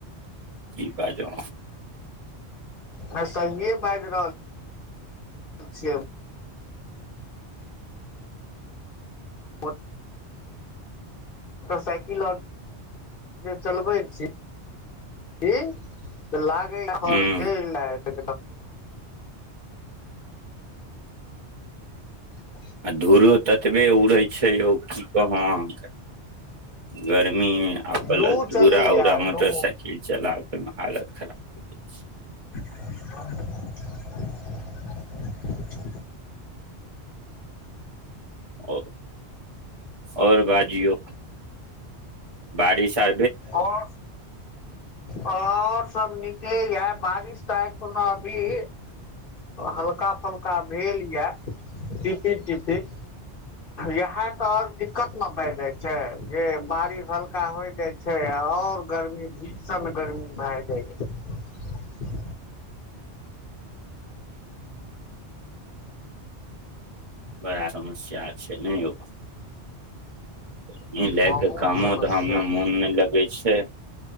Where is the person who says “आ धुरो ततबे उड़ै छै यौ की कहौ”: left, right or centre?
Right